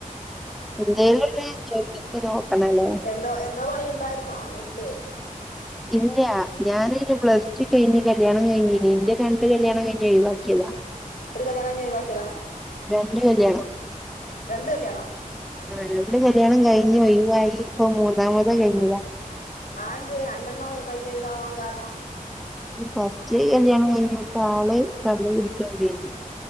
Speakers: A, in the centre; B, on the left (about 75°).
A: എന്തേലൊക്കെ ജോലിക്ക് നോക്കണല്ലേ?
B: ന്തോ എന്തോ പണി ഉണ്ടായിരുന്നോ നിനക്ക്?
A: ഇല്ല ഞാനയന് പ്ലസ്ടു കഴിഞ്ഞ് കല്യാണം കഴിഞ്ഞീന്ന് ഇന്റെ രണ്ട് കല്യാണം കഴിഞ്ഞ് ഒഴിവാക്കിയതാ.
B: ഒരു കല്യാണം കഴിഞ്ഞ് ഒഴിവാക്കിയതാ?
A: രണ്ട് കല്യാണം.
B: രണ്ട് കല്യാണോ?
A: ആ രണ്ട് കല്യാണം കഴിഞ്ഞ് ഒഴിവായി ഇപ്പ മൂന്നാമത് കഴിഞ്ഞതാ.
B: ആ ന്തെ രണ്ടെണ്ണം കഴിഞ്ഞ് ഒഴിവാവാൻ കാരണം?
A: അത് ഫസ്റ്റ് കല്യാണം കഴിഞ്ഞ ഓട്ത്തെ ആള് കള്ള് കുടിച്ച് വരേർന്നു.